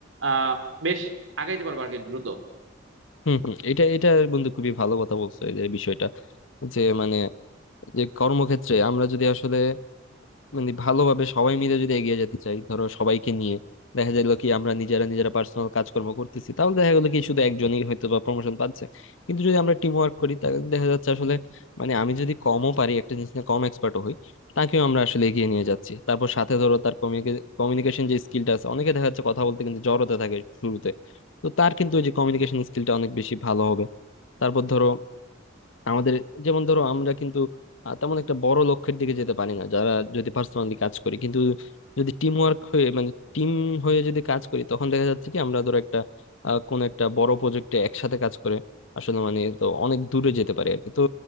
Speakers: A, on the right; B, on the left.
A: আহ বেশ আগাইতে পারবে আর কি দ্রুত
B: হম হম এটা এটা বন্ধু খুবই ভালো কথা বলছো এই যে বিষয়টা যে মানে যে কর্মক্ষেত্রে আমরা যদি আসলে মানে ভালোভাবে সবাই মিলে যদি এগিয়ে যেতে চাই ধরো সবাইকে নিয়ে দেখা গেল কি আমরা নিজেরা নিজেরা পার্সোনাল কাজকর্ম করতেছি তাহলে দেখা গেলো কি শুধু একজনই হয়তো বা প্রমোশন পাচ্ছে কিন্তু যদি আমরা টিম ওয়ার্ক করি তাহলে দেখা যাচ্ছে আসলে মানে আমি যদি কমও পারি একটা জিনিস নিয়ে কম এক্সপার্টও হই তাকেও আমরা আসলে এগিয়ে নিয়ে যাচ্ছি তারপর সাথে ধরো তার কমিউনিকেশন যে স্কিলটা আছে অনেকে দেখা যাচ্ছে কথা বলতে কিন্তু জড়তা থাকে শুরুতে তো তার কিন্তু ওই যে কমিউনিকেশন স্কিলটা অনেক বেশি ভালো হবে তারপর ধরো আমাদের যেমন ধরো আমরা কিন্তু আহ, তেমন একটা বড় লক্ষ্যের দিকে যেতে পারি না যারা যদি পার্সোনালি কাজ করি কিন্তু যদি টিম ওয়ার্ক হয়ে মানে টিম হয়ে যদি কাজ করি তখন দেখা যাচ্ছে কি আমরা ধরো একটা আহ, কোনো একটা বড় প্রজেক্টে একসাথে কাজ করে আসলে মানে তো অনেক দূরে যেতে পারি আর কি তো